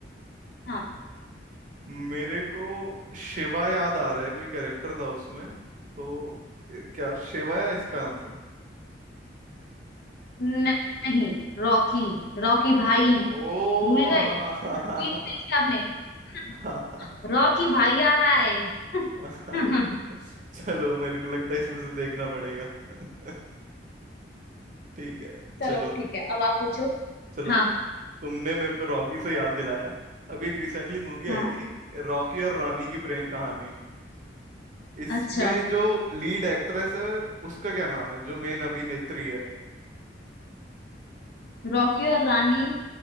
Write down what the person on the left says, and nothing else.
हाँ
न- नहीं रॉकी रॉकी भाई
भूल
गए
भी
नहीं देखी आपने <laughs>
रॉकी भाई आ रहा है
<laughs>
चलो
ठीक है अब आप पूछो
हाँ
हाँ
अच्छा
रॉकी और रानी